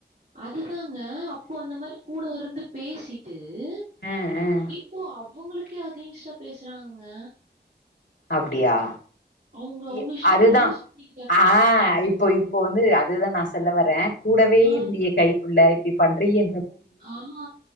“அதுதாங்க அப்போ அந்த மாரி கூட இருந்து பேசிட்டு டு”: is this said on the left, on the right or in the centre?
Right